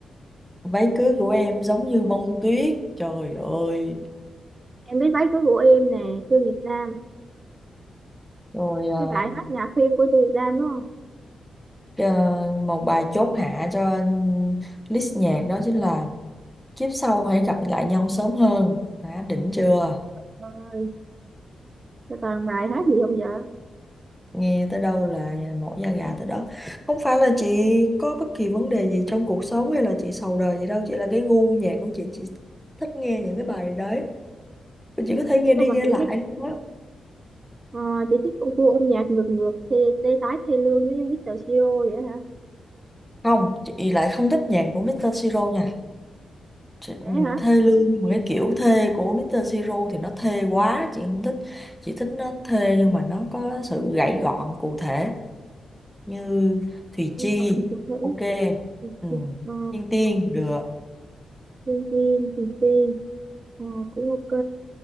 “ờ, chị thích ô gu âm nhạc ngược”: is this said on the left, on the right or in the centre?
Right